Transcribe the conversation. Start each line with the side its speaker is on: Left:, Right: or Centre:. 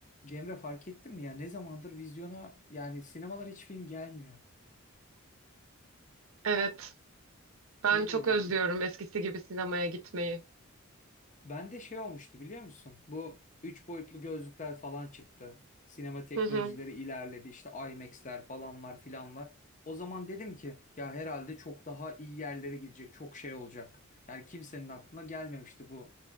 Left: Cemre fark ettin mi ya ne zamandır vizyona yani sinemalar hiç film gelmiyor.
Right: Evet, ben
Left: Niye
Right: çok
Left: böyle
Right: özlüyorum
Left: oluyor?
Right: eskisi gibi sinemaya gitmeyi.
Left: Bende şey olmuştu biliyor musun? Bu 3 boyutlu gözlükler falan çıktı. Sinema teknolojileri
Right: Hı hı.
Left: ilerledi işte IMAX'ler falanlar filanlar. O zaman dedim ki ya herhalde çok daha iyi yerlere gidecek çok şey olacak. Yani kimsenin aklına gelmemişti bu